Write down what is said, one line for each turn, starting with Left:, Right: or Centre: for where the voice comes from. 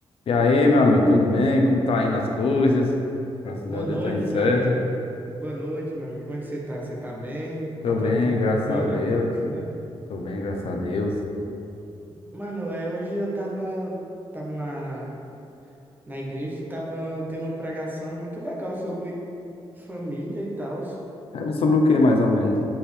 Left: E aí, meu amigo, tudo bem? Como tá indo as coisas? Graças
Right: Boa
Left: a Deus
Right: noite,
Left: tá indo certo.
Right: meu amigo. Boa noite, meu amigo. Como é que você tá? Você tá bem?
Left: Tô
Right: Tá tran-
Left: bem,
Right: tudo
Left: graças
Right: tranquilo
Left: a Deus.
Right: na tua vida?
Left: Tô bem, graças a Deus.
Right: Mano, é, hoje eu tava, tava na, na, na igreja e tava tendo uma pregação muito legal sobre família e tal.
Left: Era sobre o que, mais ou menos?